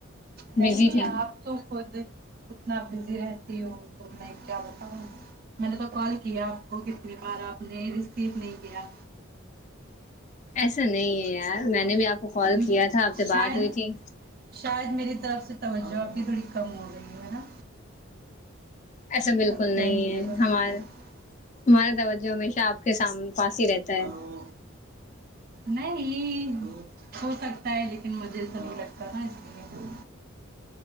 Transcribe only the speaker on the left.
بزی تھی
ایسا نہیں ہے یار میں نے بھی آپ کو کال
کیا تھا آپ سے
بات ہوئی تھی
ایسا بالکل
نہیں
ہے
ہمارے
ہمارا توجہ ہمیشہ آپ کے سامنے پاس ہی رہتا
ہے